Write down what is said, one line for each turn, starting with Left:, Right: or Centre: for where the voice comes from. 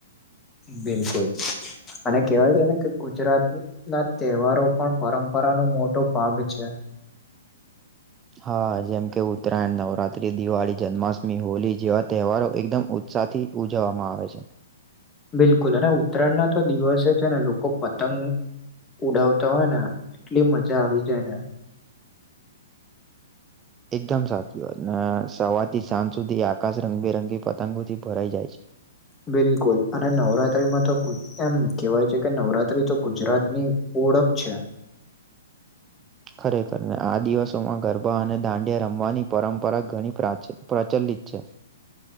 Left: બિલકુલ અને કેહેવાય છે ને કે ગુજરાત ના તહેવારો પણ પરમ પરાનો મોટો ભાગ છે
Right: <inaudible> હા જેમકે ઉત્તરાયણ નવરાત્રી દિવાળી જન્માષ્ટમી હોલી જેવા તહેવારો એકદમ ઉ સાથી ઉજવવામાં આવે છે
Left: બિલકુલ અને ઉત્તરાયણ ના તો દિવસે છે ને લોકો પતંગ ઉડાવતા હોય ને એટલી મજા આવી જાય ને.
Right: એકદમ સાચી વાત સવારથી સાંજ સુધી આકાશ રંગબેરંગી પતંગોથી ભરાઈ જાય છે.
Left: બિલકુલ અને નવરાત્રીમાં તો એમ કહેવાય છે કે નવરાત્રી તો ગુજરાતની ઓળખ છે.
Right: ખરેખર ને આ દિવસોમાં ગરબા અને દાંડિયા રમવાની પરંપરા ઘણી પ્રાચી પ્રચલિત લિત છે.